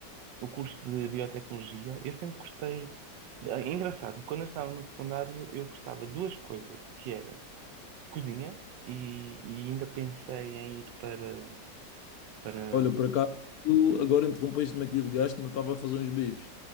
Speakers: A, on the right; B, on the left.
A: o curso de biotecnologia. Eu sempre gostei. de- É engraçado, quando eu estava no secundário, eu gostava de duas coisas, que era cozinha, e, e ainda pensei em ir para para.
B: Olha, por acaso, tu agora interrompeste-me aqui, ligaste-me, eu estava a fazer uns bifes.